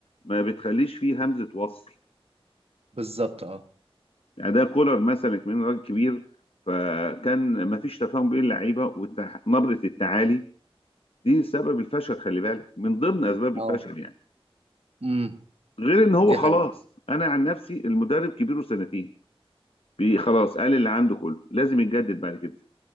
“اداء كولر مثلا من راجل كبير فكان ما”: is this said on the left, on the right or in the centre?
Left